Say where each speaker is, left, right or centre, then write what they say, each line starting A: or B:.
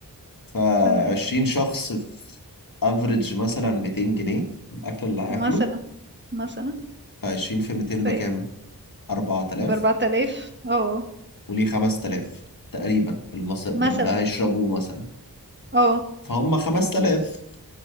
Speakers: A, on the left; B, on the right.
A: فعشرين
B: فاهمك
A: شخص في افريج مثلا 200 جنيه الاكل اللي هياكله
B: مثلا مثلا
A: فعشرين في 200 بكام
B: طيب
A: 4000
B: ب 4000 اه آه.
A: وليه 5000 تقريبا بالمص... باللي
B: مثلا
A: هيشربوه مثلا
B: اه
A: فهم 5000